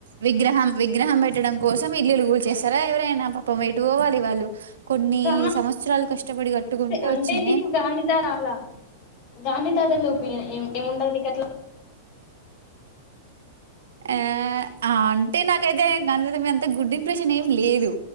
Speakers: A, on the right; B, on the left.
A: విగ్రహం విగ్రహం పెట్టడం కోసం ఇల్లులు కుల్చేస్తరా ఎవరైనా పాపమెటు పోవాలి వాళ్ళు కొన్ని
B: కాదు
A: సంవత్సరాలు కష్టపడి కట్టుకుంటే
B: అంటే
A: వచ్చినై
B: నీకు గాంధీ తాత అలా గాంధీ తాత మీద ఒపీనియన్ ఎ ఎం ఉంటది నీకట్లా
A: ఎ ఆ అంటే నాకైతే గాంధీ తాత మీదంతా గుడ్ ఇంప్రెషన్ ఏమి లేదు